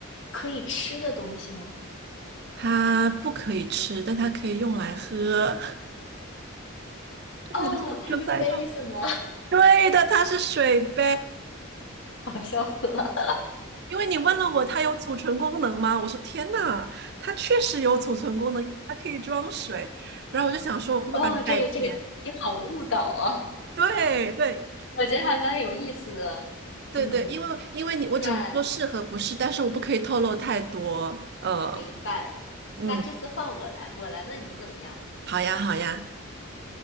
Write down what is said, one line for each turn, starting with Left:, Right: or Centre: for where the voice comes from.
Left: 可以吃的东西吗？
Right: 它不可以吃，但它可以用来喝。<laughs> 这么就猜到？
Left: 哦，它是杯子吗？
Right: 对的，它是水杯。
Left: <laughs> 我笑死了！
Right: 因为你问了我它有储存功能吗？我说天呐，它确实有储存功能，它可以装水。然后我就想说，我会不会把你带偏？
Left: 哦，这个这个信息好误导啊，
Right: 对对
Left: 我觉得还蛮有意思的。
Right: 对对，
Left: 嗯，
Right: 因为因为你我只能说是和不是，
Left: 那
Right: 但是我不可以透露太多。呃，
Left: 明白。
Right: 嗯，
Left: 那这次换我来，我来问你怎么样？
Right: 好呀好呀，